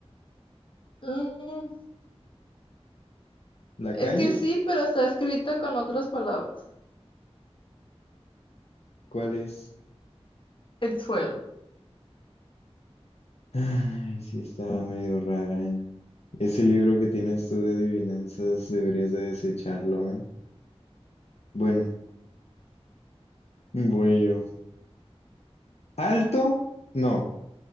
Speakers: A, on the left; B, on the left.
A: Mm,
B: la
A: es
B: calle,
A: que sí, pero está escrito con otras palabras.
B: ¿cuál es?
A: El suelo.
B: Ay, sí, estaba medio rara, ¿eh? Ese libro que tienes tú de adivinanzas deberías de desecharlo, ¿eh? Bueno, voy yo. Alto, no,